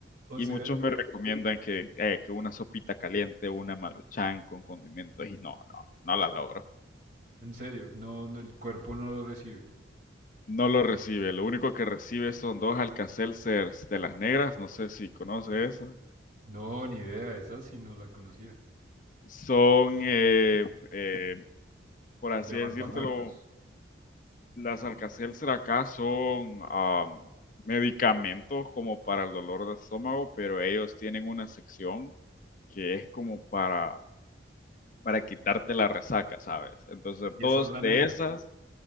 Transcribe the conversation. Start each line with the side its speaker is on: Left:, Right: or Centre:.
Right: o
Left: Y
Right: sea,
Left: muchos me recomiendan que, eh, que una sopita caliente, una maruchan con condimentos y no, no, no la logro.
Right: en serio, no, no, el cuerpo no lo recibe.
Left: No lo recibe, lo único que recibe son dos Alka-Seltzers de las negras, no sé si conoces esas.
Right: No, ni idea, esa sí no la conocía.
Left: son, eh, eh, por así
Right: Levanta
Left: decírtelo,
Right: muertos.
Left: las Alka-Seltzer acá son um, medicamentos como para el dolor de estómago, pero ellos tienen una sección que es como para, para quitarte la resaca, ¿sabes? Entonces,
Right: Y
Left: todos
Right: esa es la
Left: de
Right: negra.
Left: esas,